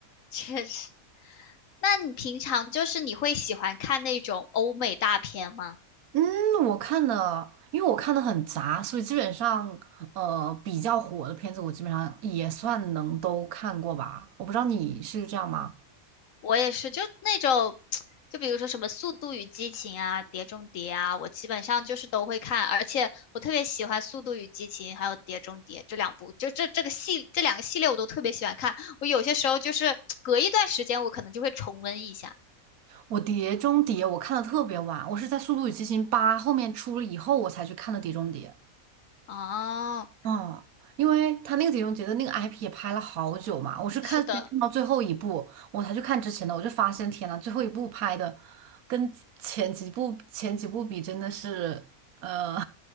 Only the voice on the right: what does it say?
嗯，我看的，因为我看的很杂，所以基本上，呃，比较火的片子我基本上也算能都看过吧。我不知道你是这样吗？
我《碟中谍》我看的特别晚，我是在《速度与激情八》后面出了以后我才去看的《碟中谍》。
嗯，因为他那个《碟中谍》的那个 IP 也拍了好久嘛，我是看先看到最后一部，
我才去看之前的，我就发现天呐，最后一部拍的跟前几部前几部比真的是，呃，